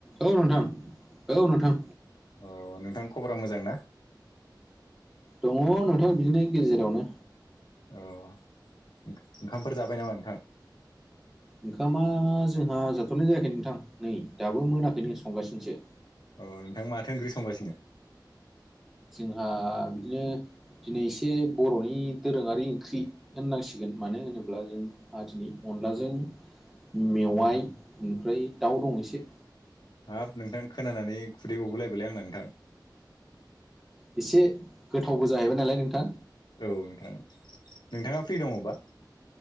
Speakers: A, in the centre; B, on the left.
A: औ नोंथां औ नोंथां
B: औ नोंथां खबरा मोजां ना?
A: दङ नोंथां बिदिनो गेजेरावनो
B: ओ ओंखामफोर जाबाय नामा नोंथां?
A: ओंखामा जोंहा जाथ'नाय जायाखै नोंथां नै दाबो मोनाखैनो संगासिनोसो।
B: अ नोंथा माथो ओंख्रि संगासिनो?
A: जोंहा बिदिनो दिनै एसे बर'नि दोरोङारि ओंख्रि होननांसिगोन मानो होनोब्ला जोंहाहा दिनै अनलाजों मेवाइ ओनिफ्राय दाउ दं एसे
B: हाब नोंथां खोनानानै खुदै गगुलायबायलै आंना नोंथां।
A: एसे गोथावबो जाहैबाय नालाय नोंथां।
B: औ नोंथां नोंथाङा फ्रि दङबा?